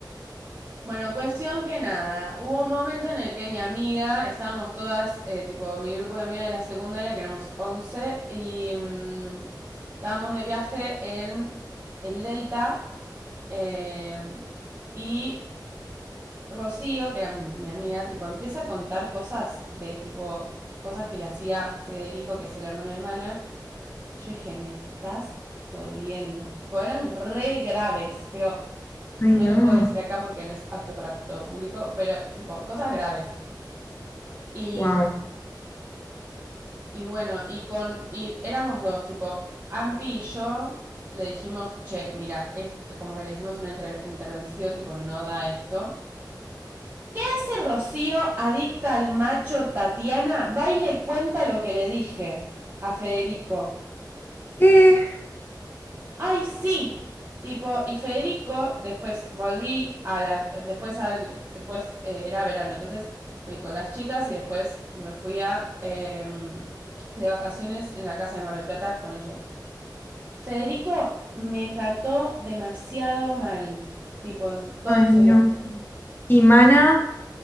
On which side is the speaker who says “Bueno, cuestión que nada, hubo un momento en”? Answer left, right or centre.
Right